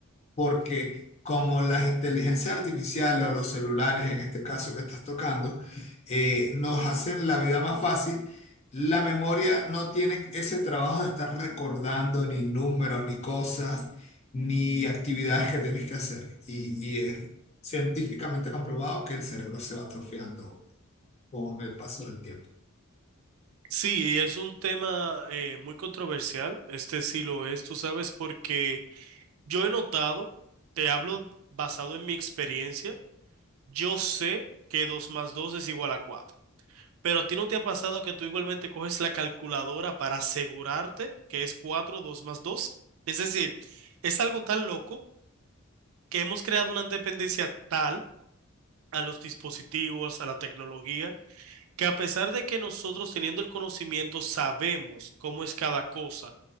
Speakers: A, on the left; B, on the right.
A: porque como las inteligencias artificiales o los celulares, en este caso que estás tocando, eh, nos hacen la vida más fácil, la memoria no tiene ese trabajo de estar recordando ni números, ni cosas, ni actividades que tienes que hacer. Y, y es científicamente comprobado que el cerebro se va atrofiando con el paso del tiempo.
B: Sí, es un tema eh, muy controversial, este sí lo es, tú sabes, porque... Yo he notado, te hablo basado en mi experiencia, yo sé que 2 más 2 es igual a 4. pero a ti no te ha pasado que tú igualmente coges la calculadora para asegurarte que es 4 2 más 2. Es decir, es algo tan loco que hemos creado una dependencia tal a los dispositivos, a la tecnología, que a pesar de que nosotros teniendo el conocimiento sabemos cómo es cada cosa,